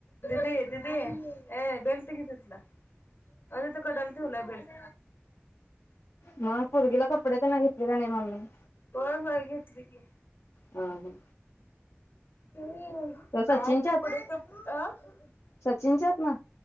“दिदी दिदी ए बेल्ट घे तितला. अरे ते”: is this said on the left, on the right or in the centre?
Left